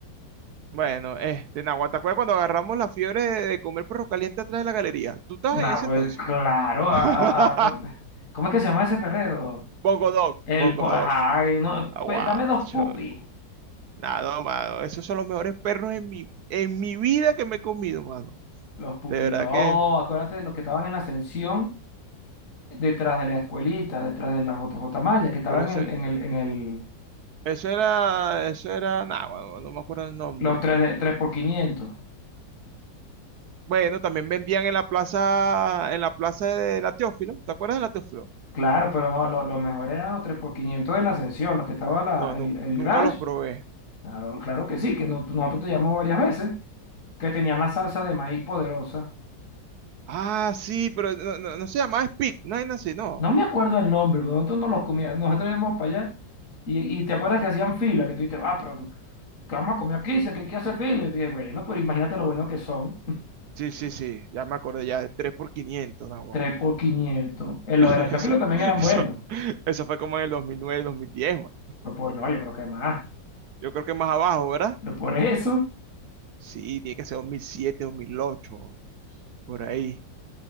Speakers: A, on the right (about 70°); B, on the left (about 45°).
A: Bueno, este, Nahuatl, ¿te acuerdas cuando agarramos la fiebre de, de comer perro caliente atrás de la galería? ¿Tú estabas
B: Nah,
A: en ese
B: pues
A: entonces?
B: claro,
A: <laughs>
B: a, a- a- con- ¿cómo es que se llama ese perrero?
A: Bongo Dog,
B: El,
A: Bongo
B: po-
A: Dog.
B: ajá, y uno-
A: Agua,
B: pues, dame dos
A: cho-
B: pupis.
A: nada, no, mano. Esos son los mejores perros en mi, en mi vida que me he comido, mano.
B: Los pupis,
A: De verdad
B: no,
A: que,
B: acuérdate de los que estaban en la ascensión detrás de la escuelita, detrás de la JJ Maya, que estaban
A: pero ese,
B: en el, en el, en el,
A: eso era, eso era, nada, mano, no me acuerdo el nombre.
B: los tres de, tres por quinientos
A: Bueno, también vendían en la plaza, en la plaza de la Teófilo. ¿Te acuerdas de la Teófilo?
B: Claro, pero no, lo, lo mejor eran los 3 por quinientos de la ascensión, los que estaba la,
A: No, no,
B: el, el
A: nunca
B: grash
A: los probé.
B: Claro, claro que sí, que no- nosotros te llamamos varias veces, que tenían la salsa de maíz poderosa.
A: Ah, sí, pero no, no, no se llamaba Speak, no hay así, no.
B: No me acuerdo el nombre, pero nosotros no los comíamos, nosotros íbamos para allá y, y te acuerdas que hacían fila, que tú dices, ah, pero ¿qué vamos a comer aquí? Dice, ¿Qué, qué hace fila? Y yo dije, bueno, pues imagínate lo bueno que son,
A: Sí, sí, sí, ya me acordé ya de 3 por 500, no,
B: tres por quinientos
A: <laughs>
B: En
A: No,
B: los de la Chafilo
A: eso,
B: también
A: eso,
B: eran buenos,
A: eso fue como en el 2009, 2010, ma.
B: pero pues, no, yo creo que más.
A: Yo creo que más abajo, ¿verdad?
B: lo Por eso,
A: Sí, tiene que ser 2007, 2008, por ahí.